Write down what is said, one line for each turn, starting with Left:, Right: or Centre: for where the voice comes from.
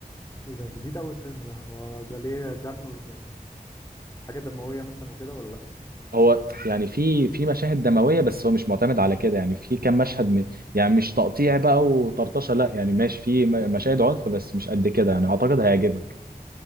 Left: ايه ده جديد اول فيلم ده هو ده ليه دم يعني حاجه دمويه مثلا وكده ولا لا
Right: هو يعني في في مشاهد دمويه بس هو مش معتمد على كده يعني في كام مشهد م... يعني مش تقطيع بقى وطرطشه لا يعني ماشي في م- مشاهد عنف بس مش قد كده يعني اعتقد هيعجبك